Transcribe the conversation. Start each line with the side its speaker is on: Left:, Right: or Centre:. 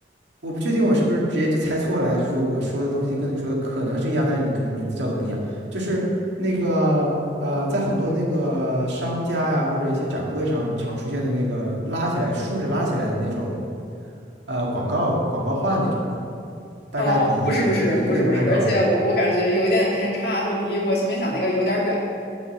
Right: 我不确定我是不是直接就猜错了，还是说我说的东西跟你说的可能是一样，但是你可能名字叫的不一样。就是那个呃，在很多那个商家呀或者一些展会上常出现的那个拉起来竖着拉起来的那种，呃，广告广告画那种的，大概比一人比一个人还高的那种。
Left: 啊，不是，不是，不是，不是。而且我我感觉有一点点偏差，就离我前面讲那个有点远。